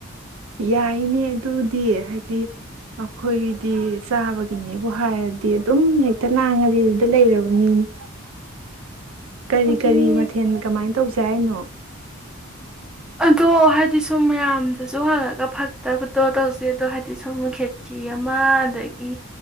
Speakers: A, on the right (about 80°); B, in the centre.
A: ꯌꯥꯏꯅꯦ ꯑꯗꯨꯗꯤ ꯍꯥꯏꯗꯤ ꯑꯩꯈꯣꯏꯒꯤꯗꯤ ꯆꯥꯕꯒꯤꯅꯦꯕꯨ ꯍꯥꯏꯔꯗꯤ ꯑꯗꯨꯝ ꯍꯦꯛꯇ ꯂꯥꯡꯉꯗꯤ ꯑꯗꯨꯗ ꯂꯩꯔꯕ ꯃꯤꯅꯤ ꯀꯔꯤ
B: ꯑꯗꯨꯅꯤ
A: ꯀꯔꯤ ꯃꯊꯦꯜ ꯀꯃꯥꯏꯅ ꯇꯧꯁꯦ ꯍꯥꯏꯅꯣ
B: ꯑꯗꯣ ꯍꯥꯏꯗꯤ ꯁꯨꯝ ꯃꯌꯥꯝꯗꯁꯨ ꯍꯥꯡꯉꯒ ꯐꯒꯠꯇꯕꯗꯣ ꯇꯧꯁꯩ ꯑꯗꯣ ꯍꯥꯏꯗꯤ ꯁꯨꯝ ꯈꯦꯆꯤ ꯑꯃ ꯑꯗꯒꯤ